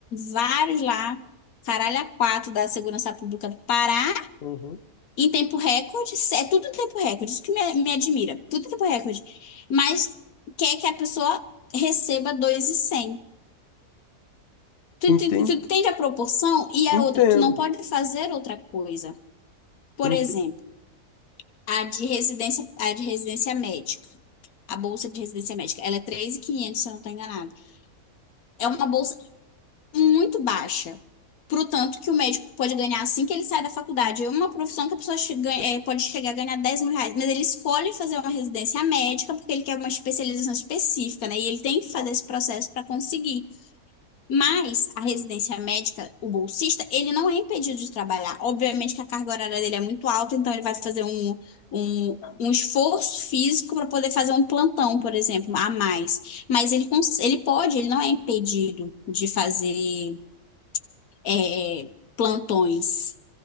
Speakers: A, on the left; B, on the left.
A: vários lá, caralho, a quatro da segurança pública do Pará,
B: Uhum.
A: em tempo recorde, é tudo em tempo recorde, isso que me, me admira, tudo em tempo recorde, mas quer que a pessoa receba 2,100. Tu,
B: Enten-
A: tu, tu tu entende a proporção e a
B: Entendo.
A: outra, tu não pode fazer outra coisa. Por
B: Entendo.
A: exemplo, a de residência, a de residência médica, a bolsa de residência médica, ela é 3.500 se eu não estou enganada. É uma bolsa muito baixa. Pro tanto que o médico pode ganhar assim que ele sai da faculdade. É uma profissão que a pessoa che- ganha- eh, pode chegar a ganhar 10 mil reais, mas ele escolhe fazer uma residência médica porque ele quer uma especialização específica, né? E ele tem que fazer esse processo para conseguir. Mas a residência médica, o bolsista, ele não é impedido de trabalhar. Obviamente que a carga horária dele é muito alta, então ele vai fazer um, um, um esforço físico para poder fazer um plantão, por exemplo, a mais. Mas ele, cons- ele pode, ele não é impedido de fazer é, plantões.